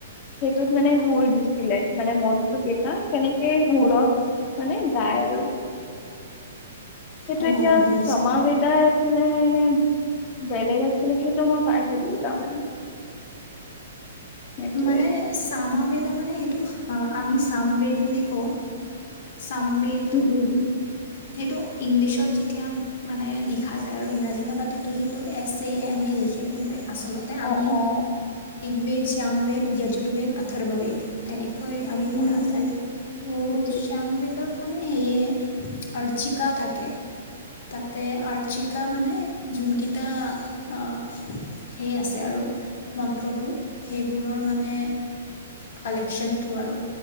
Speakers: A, on the left; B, on the left.
A: সেই তত মানে সুৰ দিছিলে মানে মন্ত্ৰটো কেইটা কেনেকে সুৰত মানে গাই আৰু সেইটো
B: অ
A: এতিয়া
B: অ বুজিছো
A: ক্ৰমাবেদ তাই আছিলে এনে বেলেগ আছিলে সেইটো মই পাই থাকিলিও তাৰমানে সেইটোৱে
B: মানে চামা বেদা মানে সেইটো আমি চামবেদ বুলি কওঁ। চামবেদ
A: উম উম
B: সেইটো আ' ইংলিছত যেতিয়া মানে লিখা যায় আৰু ইংৰাজী ভাষাটোতো সেইটো এছ এ এম এ লিখে কিন্তু আচলতে আমি
A: অ অ
B: ঋগভেদ শ্যামবেদ য়ৰ্জু্বেদ অথৰ্ববেদ তেনেক আমি
A: উম
B: পঢ়া যায়
A: উম
B: ত'
A: সেইটোৱে
B: শ্যমবেদত মানে সেয়ে অৰ্চিকা থাকে। তাতে আৰ্চিকা মানে যোনকেইটা আ' সেই আছে আৰু মন্ত্ৰবোৰ সেইবোৰৰ মানে কালেকচন টো আৰু